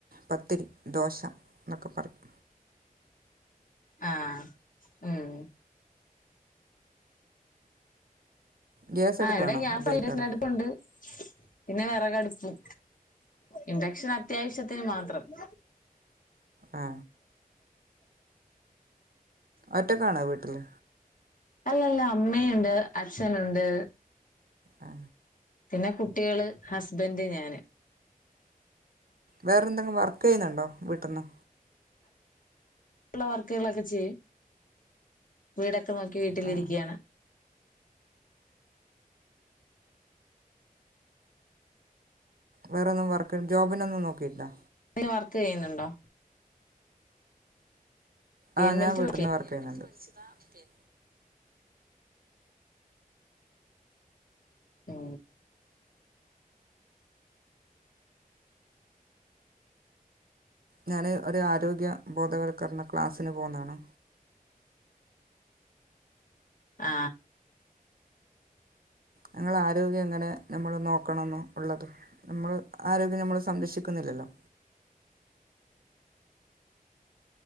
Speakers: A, on the right; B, on the left.
A: പത്തിരി, ദോശാന്നൊക്കെ പറയും.
B: ആ ഉം
A: ഗ്യാസ് അടുപ്പാണോ
B: ആ ഇവിടെ ഗ്യാസ്ണ്ട്
A: ഉപയോഗിക്കാറ്
B: ഇഡക്ഷനടുപ്പുണ്ട് പിന്നെ വെറകടുപ്പും ഇഡക്ഷൻ അത്യാവശ്യത്തിന് മാത്രം <inaudible>
A: ആ ഒറ്റക്കാണൊ വീട്ടില്
B: അല്ലല്ല അമ്മയുണ്ട് അച്ഛനുണ്ട്
A: ആ
B: പിന്നെ കുട്ടികള് ഹസ്ബൻ്റ് ഞാന്
A: വേറെന്തെങ്കിലും വർക്ക്യ്യുന്നുണ്ടോ വീട്ട്ന്ന്
B: <unintelligible> വർക്കുകളൊക്കെ ചെയ്യും വീട് <unintelligible> നോക്കി വീട്ടിലിരിക്കാണ്
A: ആ വേറ ഒന്നും വർക്ക് ജോബിനൊന്നും നോക്കില്ലാ
B: വർക്ക് ചെയ്യുന്നുണ്ടോ പി
A: ആ
B: എം
A: ഞാൻ
B: എൽ
A: വീട്ട്ന്ന്
B: ടി
A: വർക്ക് ചെയ്യുന്നുണ്ട് <unintelligible>
B: ആ
A: ഞാന് ഒരു ആരോഗ്യ ബോധവൽക്കരണ ക്ലാസ്സിന് പോകുന്നതാണ്
B: ആ
A: ഞങ്ങൾ ആരോഗ്യം ങ്ങനെ നമ്മള് നോക്കണംന്ന്ള്ളത് നമ്മൾ ആരോഗ്യം നമ്മൾ സംരക്ഷിക്കുന്നില്ലല്ലോ